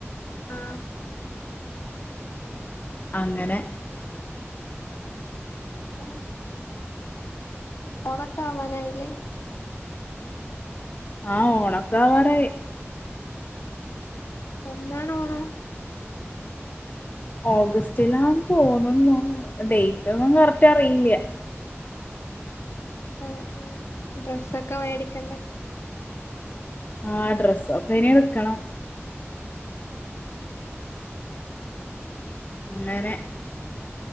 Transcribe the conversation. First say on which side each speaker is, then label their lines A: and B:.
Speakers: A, on the left; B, on the left.
A: ആഹ്
B: അങ്ങനെ
A: അങ്ങനെ ഓണക്കാവാനായില്ലേ?
B: ആഹ് ഓണക്കാവാറായി
A: എന്നാണ് ഓണം?
B: ഓഗസ്റ്റിലാന്ന് തോന്നുന്നു ഡെയ്റ്റൊന്നും കറക്റ്ററിയില്ല്യ
A: ഉം ഉം ഡ്രസ്സൊക്കെ മേടിക്കണ്ടേ?
B: ആ ഡ്രസ്സൊക്കെയിനി എടുക്കണം അങ്ങനെ